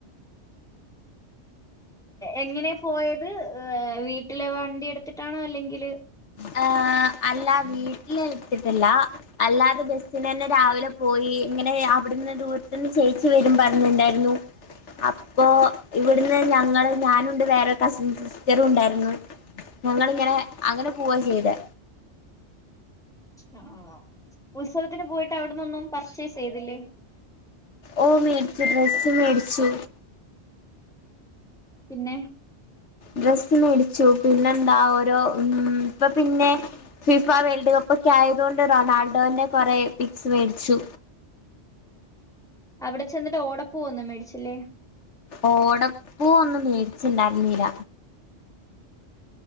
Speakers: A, in the centre; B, on the left.
A: എങ്ങനെ പോയത് ഏ വീട്ടിലെ വണ്ടി എടുത്തിട്ടാണോ അല്ലെങ്കില്
B: ഹ അല്ല വീട്ടിൽ എടുത്തിട്ടില്ല അല്ലാതെ ബസിന് തന്നെ രാവിലെ പോയി ഇങ്ങനെ അവിടുന്ന് ദൂരത്തന്ന് ചേച്ചി വരും ന്ന് പറഞ്ഞിണ്ടായിരുന്നു അപ്പോ ഇവിടുന്ന് ഞങ്ങള് ഞാനുണ്ട് വേറെ കസിൻസ് ചെറവുണ്ടായിരുന്നു ഞങ്ങളിങ്ങനെ അങ്ങനെ പോക ചെയ്ത്
A: ആ ഉത്സവത്തിന് പോയിട്ട് അവിടന്നൊന്നും പർച്ചേസ് ചെയ്തില്ലേ
B: ഓ മേടിച്ചു ഡ്രസ്സ് മേടിച്ചു
A: പിന്നെ
B: ഡ്രസ്സ് മേടിച്ചു പിന്നെന്താ ഓരോ ഉ ഇപ്പൊ പിന്നെ ഫിഫ വേൾഡ് കപ്പ് ഒക്കെ ആയത് കൊണ്ട് റൊണാൾഡോന്റെ കുറെ പിക്സ് മേടിച്ചു
A: അവിടെ ചെന്നിട്ട് ഓടപ്പൂഒന്നും മേടിച്ചില്ലേ
B: ഓടപ്പൂ ഒന്നും മേടിച്ചുണ്ടായിരുന്നീല